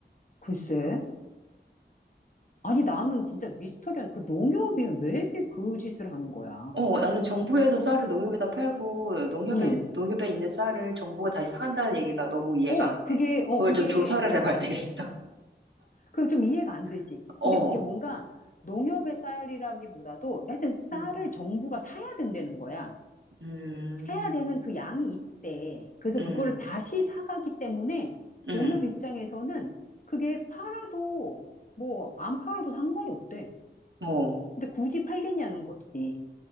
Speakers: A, on the left; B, on the right.
A: 글쎄. 아니, 나는 진짜 미스터리한 그 농협이 왜 그 짓을 하는 거야.
B: 어, 나는 정부에서 쌀을 농협에다 팔고 농협에,
A: 응,
B: 농협에 있는 쌀을 정부가 다시 사간다는 얘기가 너무 이해가
A: 어,
B: 안
A: 그게,
B: 돼.
A: 어,
B: 그걸
A: 그게,
B: 좀 조사를 해봐야 되겠어.
A: 그 좀 이해가 안 되지.
B: <laughs> 어,
A: 근데 그게 뭔가 농협의 쌀이라기보다도 하여튼 쌀을
B: 음,
A: 정부가 사야 된다는 거야.
B: 음,
A: 사야 되는 그 양이 있대. 그래서 그거를
B: 음,
A: 다시 사가기 때문에
B: 음,
A: 농협 입장에서는 그게 팔아도 뭐 안 팔아도 상관이 없대.
B: 어,
A: 근데 굳이 팔겠냐는 거지.